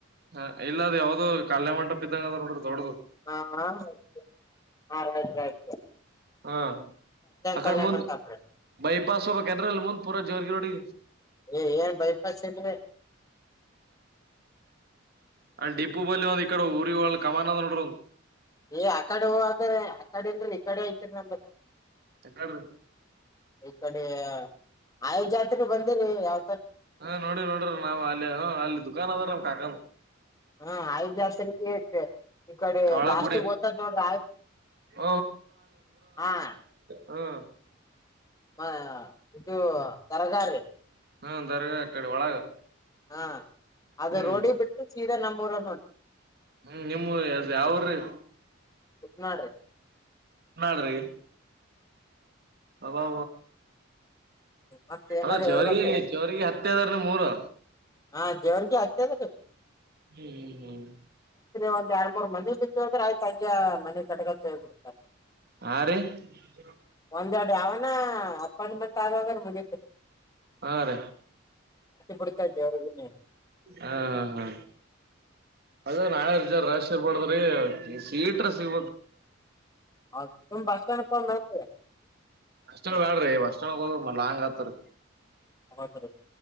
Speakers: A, on the right; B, on the left.
A: ಹಾ ಇಲ್ಲದ್ ಯಾವ್ದ ಕಾಲಯ ಮಂಟಪ ಇದ್ದಂಗ ಅ ನೋಡ್ರಿ ದೊಡ್ಡ್
B: <unintelligible> ಹಾತ
A: ಹಾ ಅಕಡ
B: ಕಲ್ಯಾಣ
A: ಮುಂದ
B: ಮಂಟಪ
A: ಬೈ ಪಾಸ್ ಹೋಗಬೇಕ ಅಂದ್ರ ಅಲ್ಲಿ ಮುಂದ್ ಪೂರ ಜೋರ್ರಿಗೆಗ ನೋಡಿ
B: ರೀ ಏನ್ ಬೈಪಾಸ್ ಏನ್ರಿ
A: ಅ ಡಿಪು ಬಲಿ ಇಡೆ ಊ ಕಮಾನಡ
B: ಏ ಆ ಕಡೆ ಹೂ ಅ್ರ ಆ ಕಡಿಂದ್ರ ಈ ಕಡೆ ಐತಿರಿ ನಮಗೆ
A: ಯಕಡ್ರಿ
B: ಈ ಕಡೆ ಆಯ ಜಾತ್ರೆ ಬಂದೇನೆ ಯಾವ
A: ಹಾ ನೋಡ್ರಿ ನೋಡ್ರಿ ನಾವ್ ಅಲ್ಲಿ ಅಲ್ಲಿ ದುಕಾನ ಅದಾರ ಕಗ
B: ಹಾ ಐದ್ ಜಾಸ್ ತೆ ಈ ಕಡೆ
A: ಒಳಗ್
B: ಲಾಸ್ಟಿಗೆ
A: ಗುಡಿ
B: ಹ್ತದ ನೋಡ್ರ
A: ಹ್ಮ್
B: ಆ ಹಾ
A: ಹಾ
B: ಮ ಇದುು ತರಗಾರಿ
A: ಹ್ಮ ದರಗ ಅ ಕಡೆ ಒಳಗ
B: ಹಾ ಅದೇ
A: ಹ್ಮ್
B: ರೋಡಿ ಬಿಟ್ಟು ದ ನಂಬರ್ ಒನ್ ಒನ್
A: ಹ್ಮ್ ನಿಮ್ಮ ಯಾವ್ರೀ
B: ಮಾಡ್ರ
A: ನಾಡ್ರಗೆ <unintelligible> ಅವಾ
B: ಮತ್ ಏನಾರ
A: ಅದ ಜವರಿಗೆ
B: ಹೇಳ್ಬೇಕ್ರಿ
A: ಜವರಿಗೆ ಹತ್ತದಾರ ಮೂರು
B: ಹಾ ದೇವ್ರಗೆ ಹತದ ರೀ
A: ಹ್ಮ್ ಹ್ಮ್ ಹ್ಮ್
B: ಒಂದ ಎರಡ್ ಮೂರ್ ಮನೆ ಬಿಟ್ಟ ಅ್ರೆ ಆಯ್ತ ತಗ್ ಮನೆ ಗ ಕಡ್ಗ ತೋಗ್ ಬಿಿಡ್ತಾರೆ
A: ಹಾ ರೀ ಹ
B: ಒಂದ್ೆಡೆ ಅವನ ಕ ಮ ತುವಾಗದೆ
A: ಹಾ ರ
B: ಬಿಡ್ತಾರ ದೇವ್ರಿಗುನು
A: ಹಾ ಹಾ ಹಾ ಅದೇ ನಾಯರ್ ಜನ ರರ್ ಬ್ದ್ರಿ ಸೀಟ್ರ ಸಿವ
B: ಹೌ ತುಂಬ ಭಾಷ ಕ
A: ಅಷ್ಟೊ ಬ್ಯಾಡ್ರಿ ಅಷ್ಟೊ ಮ ಲಾಂಗ್ ಆತ್ರಿ
B: ಹ ಸ